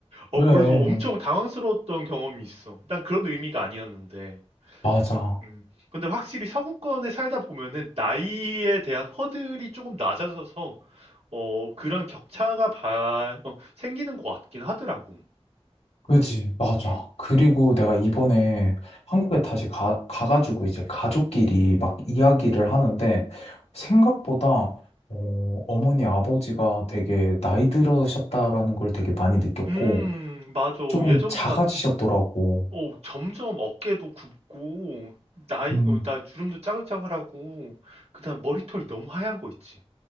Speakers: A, on the right; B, on the left.
A: 어,
B: 그래.
A: 그래서 엄청 당황스러웠던 경험이 있어. 난 그런 의미가 아니었는데.
B: 맞아.
A: 음, 음. 근데 확실히 서구권에 살다 보면은 나이에 대한 허들이 조금 낮아져서, 어, 그런 격차가 바- 어, 생기는 것 같긴 하더라고.
B: 그지, 맞아.
A: 음,
B: 그리고
A: 음.
B: 내가 이번에 한국에 다시 가, 가가지고 이제 가족끼리 막 이야기를 하는데 생각보다 어, 어머니, 아버지가 되게 나이 들으셨다라는 걸 되게 많이 느꼈고
A: 음, 맞아.
B: 조금
A: 예전보다
B: 작아지셨더라고.
A: 어, 점점 어깨도 굽고, 나이,
B: 음,
A: 어, 나 주름도 짜글짜글하고, 그다음 머리털이 너무 하얀 거 있지.